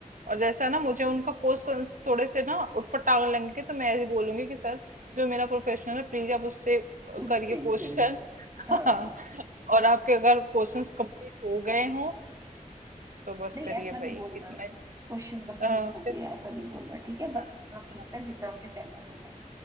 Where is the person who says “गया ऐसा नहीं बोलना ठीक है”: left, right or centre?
Right